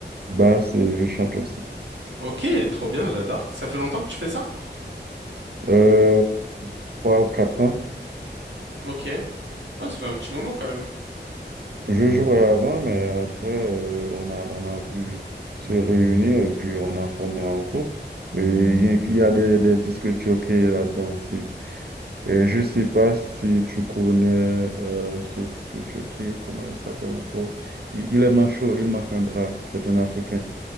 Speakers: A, on the right; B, on the right.
A: basse, et je chante aussi.
B: Ok, trop bien, j'adore. Ça fait longtemps que tu fais ça?
A: Euh, 3 ou 4 ans.
B: Ok. Ouais, ça fait un petit moment quand même.
A: Je jouais avant, mais après, euh, on a, on a pu se réunir et puis on a formé un groupe. Et Il y a il y a des, des disques jockeys là-dedans aussi. Et je sais pas si tu connais euh, ce disque jockey, comment il s'appelle encore. Il, il est manchot, il marque un bras, c'est un Africain.